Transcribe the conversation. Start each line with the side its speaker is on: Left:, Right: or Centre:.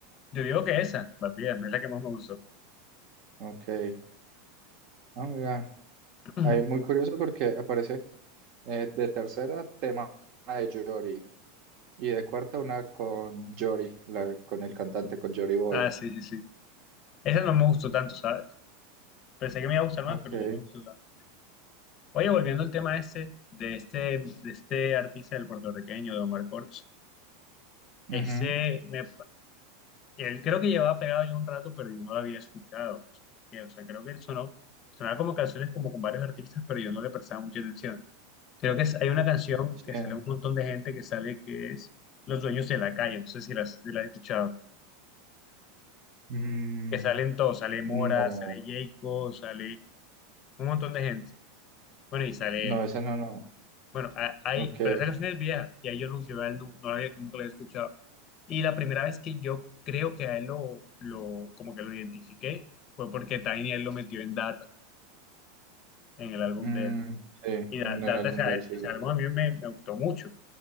Left: Yo digo que esa, Bandida, es la que más me gustó.
Right: Ok. Ah, mira.
Left: <clears throat>
Right: Ahí, muy curioso porque aparece eh, de tercera tema de Jory y de cuarta una con Jory, la, con el cantante, con Jory Boy.
Left: Ah, sí, sí, sí. Esa no me gustó tanto, ¿sabes? Pensé que me iba a gustar más,
Right: Ok.
Left: pero no me gustó tanto. Oye, volviendo al tema este, de este, de este artista del puertorriqueño, de Omar Cortés, ese,
Right: ujú,
Left: me, él creo que llevaba pegado ya un rato, pero yo no lo había escuchado. No sé por qué, O sea, creo que él sonó, sonaba como canciones como con varios artistas, pero yo no le prestaba mucha atención. Creo que es- hay una canción
Right: Sí.
Left: que sale un montón de gente que sale que es Los Dueños de la Calle, no sé si la has si la has escuchado,
Right: Mm,
Left: que salen todos, sale Mora,
Right: no.
Left: sale Jayco, sale un montón de gente. Bueno, y sale
Right: No,
Left: él.
Right: esa no, no.
Left: Bueno, a- hay,
Right: Ok.
Left: pero esa canción es vieja y ahí yo, no, yo a él nu- no la había- nunca la había escuchado. Y la primera vez que yo creo que a él lo, lo como que lo identifiqué fue porque Tiny él lo metió en Data, en el álbum
Right: Mm,
Left: de él.
Right: sí,
Left: Y Da-
Right: en
Left: Data,
Right: el álbum
Left: ese,
Right: de él sí
Left: ese
Right: es verdad.
Left: álbum a mí me, me gustó mucho.